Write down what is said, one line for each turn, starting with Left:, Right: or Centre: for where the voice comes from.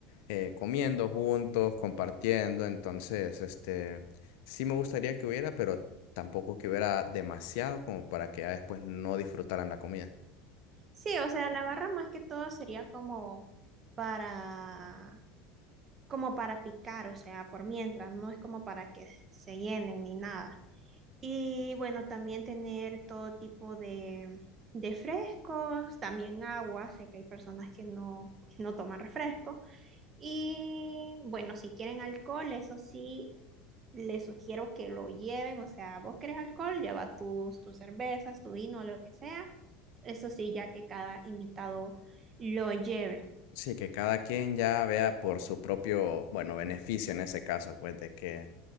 Left: eh, comiendo juntos, compartiendo, entonces, este... Sí me gustaría que hubiera, pero tampoco que hubiera demasiado como para que ya después no disfrutaran la comida.
Right: Sí, o sea, la barra más que todo sería como para, como para picar, o sea, por mientras, no es como para que se llenen ni nada. Y bueno, también tener todo tipo de, de frescos, también agua. Sé que hay personas que no, que no toman refresco. Y bueno, si quieren alcohol, eso sí, les sugiero que lo lleven, o sea, vos querés alcohol, lleva tus, tus cervezas, tu vino, lo que sea. Eso sí, ya que cada invitado lo lleve.
Left: Sí, que cada quien ya vea por su propio, bueno, beneficio en ese caso, pues de que,